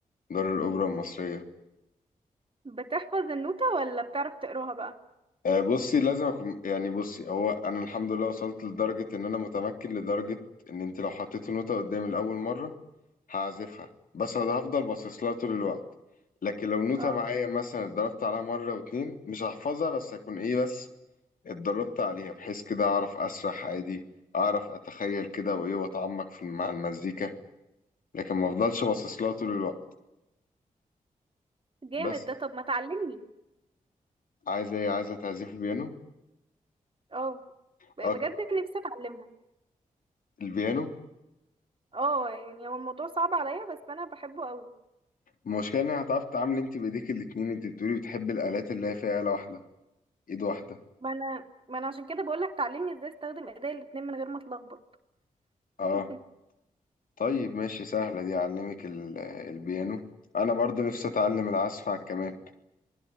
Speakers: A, on the left; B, on the right.
A: دار الاوبرا المصريه
B: بتحفظ النوتة ولا بتعرف تقراها بقى
A: آه، بصي لازم اكون يعني بصي هو انا الحمد لله وصلت لدرجه ان انا متمكن لدرجه ان انت لو حطيتي نوته قدامي لاول مره هعزفها بس انا هفضل باصص لها طول الوقت لكن لو نوته
B: اه
A: معايا مثلا اتدربت عليها مره واتنين مش هحفظها بس هكون ايه بس اتدربت عليها بحيث كده اعرف اسرح عادي اعرف اتخيل كده وايه واتعمق في مع المزيكا لكن ما افضلش باصص لها طول الوقت
B: جامد
A: بس
B: ده طب ما تعلمني
A: عايزه ايه عايزه تعزفي بيانو
B: اه بجد
A: اه
B: نفسي اتعلمها
A: البيانو
B: اه يعني هو الموضوع صعب عليا بس انا بحبه قوي
A: المشكلة إن هتعرف تتعامل أنت بإيديك الاتنين أنت بتقولي بتحبي الآلات اللي هي فيها آلة واحدة إيد واحدة
B: ما انا ما انا عشان كده بقولك تعلمني ازاي استخدم ايديا الاتنين من غير ما اتلخبط
A: أه
B: <laughs>
A: طيب ماشي سهلة دي أعلمك ال- آه، البيانو أنا برضو نفسي أتعلم العزف على الكمان